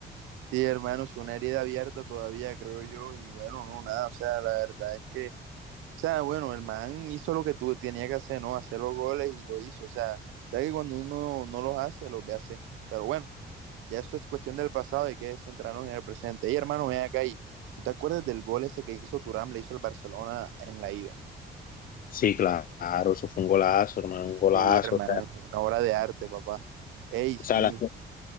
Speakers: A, on the right; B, on the left.
A: Sí, hermano, es una herida abierta todavía, creo yo, y bueno, no, nada, o sea, la verdad es que O sea, bueno, el man hizo lo que tú tenía que hacer, ¿no? Hacer los goles y lo hizo. O sea, sabes que cuando uno no los hace, los ve hacer. Pero bueno, ya eso es cuestión del pasado, hay que centrarnos en el presente. Y hermano, ven acá y ¿tú te acuerdas del gol ese que hizo Turam, le hizo el Barcelona en la ida?
B: Sí, claro, eso fue un golazo, hermano, un golazo.
A: Sí, hermano,
B: O sea,
A: una obra de arte, papá. Ey,
B: o
A: sí,
B: sea, la,